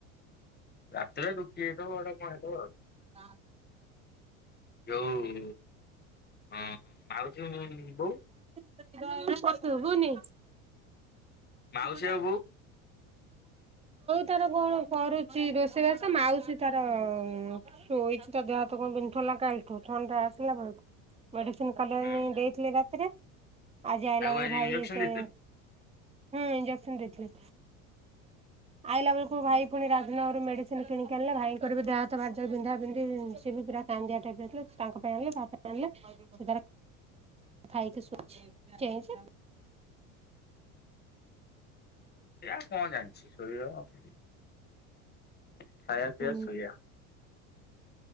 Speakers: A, on the left; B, on the right.
A: ରାତିରେ ରୁଟି ହେଇଥିବ ଗୋଟେ କଣ ହେଇଥିବ ଆଉ।
B: ହ।
A: ଯୋଉ ଅଁ ମାଉସୀଙ୍କ ବୋଉ?
B: ସୁଭୁନି।
A: ମାଉସୀ
B: ବୋଉ
A: ଆଉ
B: ତାର କଣ କରୁଛି ରୋଷେଇବାସ ମାଉସୀ ତାର ଶୋଇଛି ତା ଦେହ ହାତ କଣ ବିନ୍ଧୁଥିଲା କାଲିଠୁ ଥଣ୍ଡା ଆସିଲା ତ ମେଡିସିନ୍ କାଲିଆଣି
A: ହୁଁ
B: ଦେଇଥିଲେ ରାତ ରାତିରେ ଆଜି ଆଇଲା
A: ତାକୁ
B: ବେଳେ ଭାଇ
A: ଇଞ୍ଜେକ୍ସନ
B: ସେ
A: ଦେଇଥିଲୁ।
B: ହୁଁ ଇଞେକ୍ସନ ଦେଇଥିଲେ। ଆଇଲା ବେଳକୁ ଭାଇ ପୁଣି ରାଜନଗରରୁ ମେଡିସିନ କିଣିକି ଆଣିଲେ ଭାଇଙ୍କର ବି ଦେହ ହାତ ଭାରି ଜୋର ବିନ୍ଧା ବିନ୍ଧି ସିିଏବି ପୁରା <unintelligible> ଟାଇପର ଥିଲେ ତାଙ୍କ ପାଇଁ ଆଣିଲେ ତା ପାଇଁ ଆଣିଲେ ସେ ତାର ଖାଇକି ଶୋଇଛି ଚେଇଁଚି?
A: ସେଇଆ କଣ ଜାଣିଛି ଶୋଇବ ଖାଇବା ପିଇବା
B: ହୁଁ
A: ଶୋଇବା।